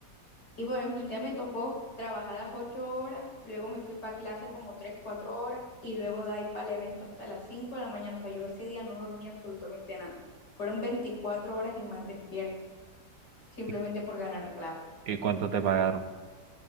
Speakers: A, on the left; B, on the right.
A: Y por ejemplo, un día me tocó trabajar las ocho horas, luego me fui para clase como tres, cuatro horas y luego de ahí para el evento hasta las cinco de la mañana. O sea, yo ese día no dormí absolutamente nada. Fueron 24 horas y más despierta, simplemente
B: ¿Y
A: por ganar plata.
B: y cuánto te pagaron?